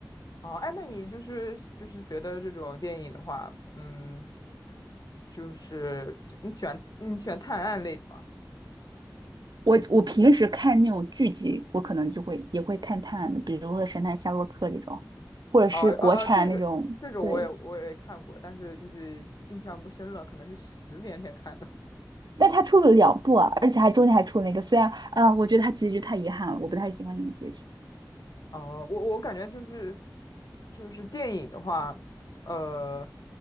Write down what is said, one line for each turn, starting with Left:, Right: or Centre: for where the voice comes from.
Left: 哦，哎，那你就是就是觉得这种电影的话，嗯，就是你喜欢你喜欢探案类的吗？
Right: 我我平时看那种剧集，我可能就会也会看探案的，比如说《神探夏洛克》这种，或者是国产那种。
Left: 哦哦哦，这个这个我也我也看过，
Right: 对，
Left: 但是就是印象不深了，可能是十年前看的。
Right: 但他出了两部啊，而且还中间还出了一个，虽然啊，我觉得他结局太遗憾了，我不太喜欢那种结局。
Left: 哦，我我感觉就是就是电影的话，呃，